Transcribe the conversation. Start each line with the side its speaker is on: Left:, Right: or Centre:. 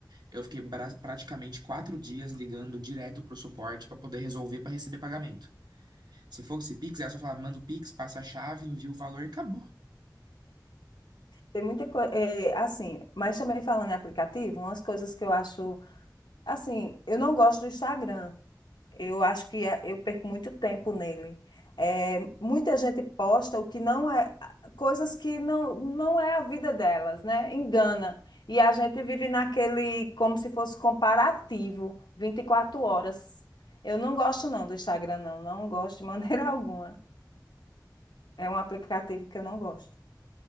Right: Eu fiquei bra- praticamente quatro dias ligando direto para o suporte para poder resolver para receber pagamento. Se fosse Pix, era só falar, manda o Pix, passa a chave, envia o valor e acabou.
Left: Tem muita coisa, assim, mas também falando em aplicativo, umas coisas que eu acho, assim, eu não gosto do Instagram. Eu acho que a- eu perco muito tempo nele. É, muita gente posta o que não é, coisas que não, não é a vida delas, né? Engana. E a gente vive naquele, como se fosse comparativo, 24 horas. Eu não gosto não do Instagram, não. Não gosto de maneira <laughs> alguma. É um aplicativo que eu não gosto.